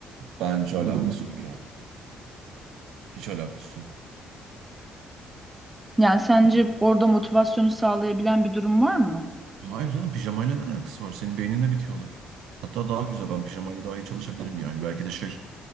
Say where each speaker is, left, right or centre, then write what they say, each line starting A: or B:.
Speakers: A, on the right; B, on the right.
A: Bence alakası yok ya. Hiç alakası yok.
B: Yani sence
A: Yani,
B: orada motivasyonu sağlayabilen bir durum var mı?
A: hayır canım pijamayla ne alakası var? Senin beyninde bitiyor olay. Hatta daha güzel ben pijamayla daha iyi çalışabilirim yani. Belki de şey